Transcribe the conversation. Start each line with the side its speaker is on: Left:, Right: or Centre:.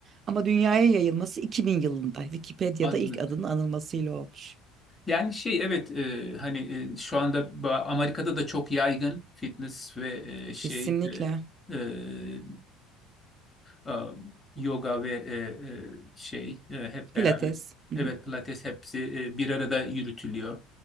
Right: Ama dünyaya yayılması 2000 yılında Wikipedia'da
Left: Anladım.
Right: ilk adının anılmasıyla olmuş.
Left: Yani şey evet e, hani e, şu anda ba- Amerika'da da çok yaygın fitness ve e, şey
Right: Kesinlikle.
Left: e, e, e, e, yoga ve e, e, şey e, hep beraber.
Right: Pilates. Hı
Left: Evet,
Right: hı,
Left: pilates hepsi e, bir arada yürütülüyor.